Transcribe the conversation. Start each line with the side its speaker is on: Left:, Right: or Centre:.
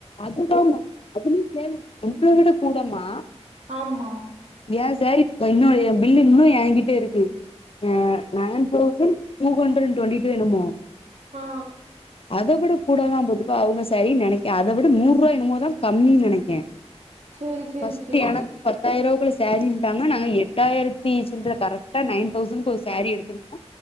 Left: அதுதான் டா அது கேளு நம்மள விட கூடமா
Right: ஆமா
Left: ஏன் சாரி என்னொ என் பில்லு இன்னும் ஏங்கிட்டே இருக்கு எ நான் தௌசண்ட்டூ ஹண்ட்ரட் டுவெண்டி டூ வேணுமோ
Right: ஆ
Left: அத விட கூடதான் போத்துக்கோ அவுங்க சரி நினைக்கேன் அத விட நூறூபா என்னமோதான் கம்மின்னு நினைக்கேன்
Right: சேரி சேரி
Left: பஸ்ட்டு
Right: சேரி
Left: எனக்கு பஸ் பத்தாயிருக்குள்ள சாரி இருந்தாங்கன்னா நாங்க எட்டாயிரத்தி சில்ர கரெக்டா நைன் தௌசண்ட் ஒரு சாரீ எடு த்தினோ